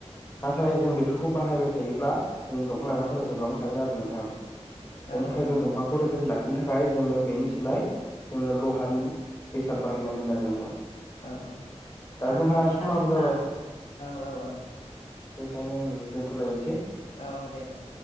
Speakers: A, on the left; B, on the left.
A: नाथाय जों बेफोरखौ बाहायबाय थायोब्ला जों दंफां लाइांफोरा
B: औ
A: जोबलांबाय थागोन आरो नों थां
B: औ
A: बेनि थाखाय
B: औ
A: जों
B: नंगौ
A: दंफांखौ रैखाथि लाखि बिनि थाखाय जोङो बेनि सोलाय जोंनो लहानि बेसाद बाहायनांगोन आरो नोंथां।
B: औ औ दा होबा
A: जोंहा
B: नोंथां
A: समाबो
B: जोंना
A: जाबाय
B: औ औ औ।
A: बेखायनो ओं दोन्थ'लायनोसै।
B: औ औ, दे दे।